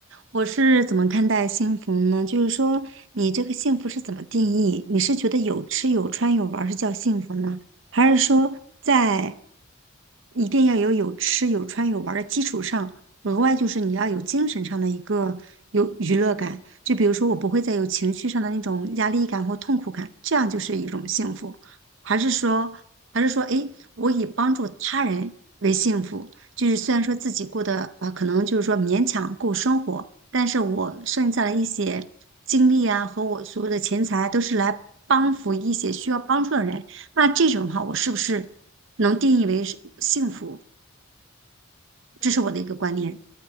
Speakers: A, on the right; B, on the left.
A: 我是怎么看待幸福呢？就是说，你这个幸福是怎么定义？你是觉得有吃有穿有玩儿是叫幸福呢，还是说在一定要有有吃有穿有玩儿的基础上，额外就是你要有精神上的一个有娱乐感？就比如说，我不会再有情绪上的那种压力感或痛苦感，这样就是一种幸福，还是说，还是说，诶，我以帮助他人为幸福？就是虽然说自己过得啊，可能就是说勉强够生活，但是我剩下的一些精力啊和我所有的钱财都是来帮扶一些需要帮助的人，那这种的话，我是不是能定义为是幸福？
B: 哎，
A: 这是我的一个观念。
B: 我觉得